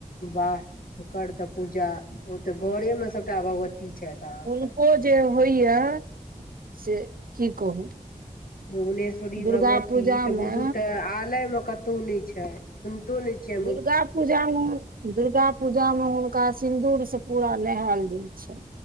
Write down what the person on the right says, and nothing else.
हुनको जे होइया से की कहू
दुर्गा
पूजामे
दुर्गा पूजा म दुर्गा पूजा म हुनका सिन्दूरस पूरा नहायल जाइ छै